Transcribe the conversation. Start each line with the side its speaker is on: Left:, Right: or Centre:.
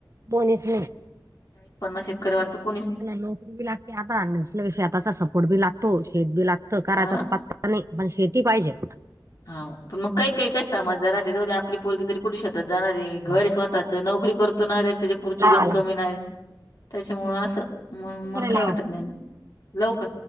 Right: बोनीस नाही.
Left: शेकरवाल त को
Right: नोकरी बी लागते आता शेताचा सपोर्ट बी लागतो शेत बी लागत करायचा
Left: हा
Right: पत्ता नाही पण शेती पाहिजे.
Left: हाव पण मग काही-काही काय समजदार राहत्या एवढ्या आप आपली पोरगी तरी कुठ शेतात जाणार आहे घर
Right: हा
Left: स्वतःच नोकरी करतो ना त्याच्या पूर्ती
Right: लावा
Left: गंज
Right: लावा
Left: कमी नाही. त्याच्यामुळं असं म
Right: दुसऱ्या
Left: मग काही
Right: लावा
Left: वाटत नाही ना लव का?